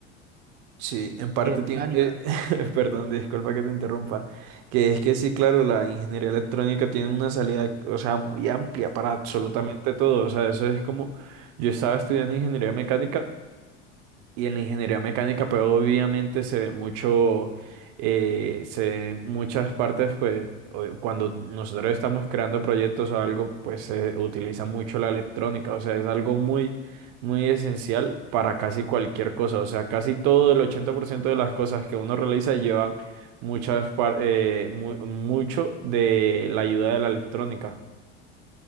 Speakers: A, on the right; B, on the right.
A: Sí, en parte
B: si quiere mecánica.
A: tiene, eh, <laughs> perdón, disculpa que te interrumpa, que es que sí, claro, la ingeniería electrónica tiene una salida, o sea, muy amplia para absolutamente
B: Mm,
A: todo, o sea, eso es como, yo estaba estudiando ingeniería mecánica y en la ingeniería mecánica, pues obviamente se ve mucho, eh, se ven muchas partes, pues o- cuando nosotros estamos creando proyectos o algo, pues se utiliza mucho la electrónica, o sea, es algo muy, muy esencial para casi cualquier cosa, o sea, casi todo el 80% de las cosas que uno realiza llevan muchas, par- eh, mu- mucho de la ayuda de la electrónica.